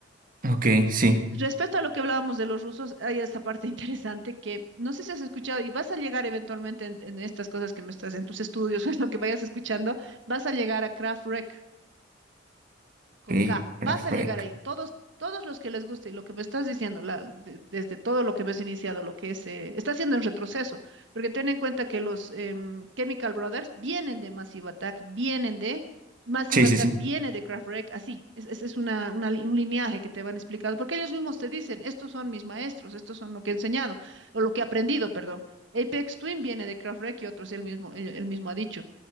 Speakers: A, on the right; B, on the right.
A: Ok, sí.
B: Respecto a lo que hablábamos de los rusos, hay esta parte <laughs> interesante que no sé si has escuchado y vas a llegar eventualmente en, en estas cosas que me estás, en tus estudios <laughs> o en lo que vayas escuchando, vas a llegar a Kraftwerk con
A: Ok,
B: K.
A: perfecto.
B: Vas a llegar ahí. Todos, todos los que les guste y lo que me estás diciendo, la- de- desde todo lo que me has iniciado, lo que es, eh, está haciendo en retroceso, porque ten en cuenta que los em, Chemical Brothers vienen de Massive Attack, vienen de Massive
A: Sí, sí,
B: Sí. Attack,
A: sí.
B: viene de Kraftwerk, así. Es, es, es una, una li- un lineaje que te van explicando, porque ellos mismos te dicen, estos son mis maestros, estos son lo que he enseñado, o lo que he aprendido, perdón. Apex Twin viene de Kraftwerk y otros, él mismo, él él mismo ha dicho.